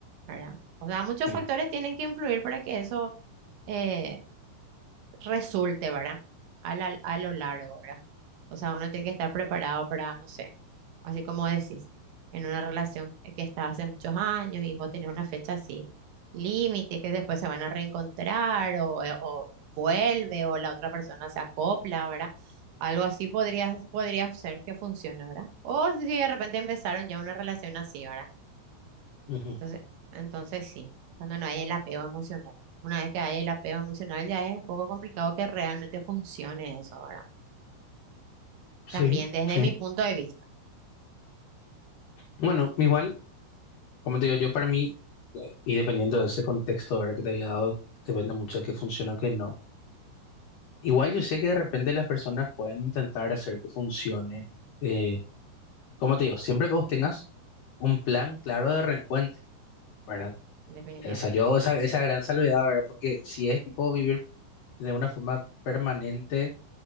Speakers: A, on the right (about 70°); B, on the left (about 75°).
A: ¿verdad? O sea, muchos
B: Sí.
A: factores tienen que influir para que eso, eh, resulte, ¿verdad? A la- a lo largo, ¿verdad? O sea, uno tiene que estar preparado para, no sé, así como decís, en una relación que está hace muchos años y vos tenés una fecha así, límite, que después se van a reencontrar o, eh, o vuelve o la otra persona se acopla, ¿verdad? Algo así podría, podría ser que funcione, ¿verdad? O si de repente empezaron ya una relación así, ¿verdad?
B: Ujú.
A: Entonces, entonces sí, cuando no hay el apego emocional. Una vez que hay el apego emocional, ya es un poco complicado que realmente funcione eso, ¿verdad?
B: Sí,
A: También desde
B: sí.
A: mi punto de vista,
B: Bueno, igual, como te digo, yo para mí, eh, y dependiendo de ese contexto, ¿verdad? Que te había dado, depende mucho de qué funciona o qué no. Igual yo sé que de repente las personas pueden intentar hacer que funcione, eh, como te digo, siempre que vos tengas un plan claro de reencuentro. ¿verdad?
A: definitivamente.
B: O sea, yo esa, esa gran salvedad, ¿verdad? Porque si es tipo vivir de una forma permanente,